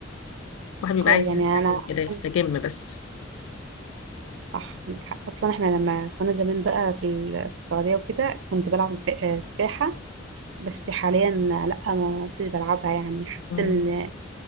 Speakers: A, on the left (about 85°); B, on the right (about 65°).
A: الواحد بيبقى
B: اه
A: عايز
B: يعني
A: يستجم
B: انا اصلا
A: كده يستجم بس
B: صح عندك حق اصلا احنا لما كنا زمان بقى في ال- في السعوديه وكده كنت بلعب سبا- آه، سباحه بس حاليا لا ما كنتش بلعبها يعني حسيت
A: مم.
B: ان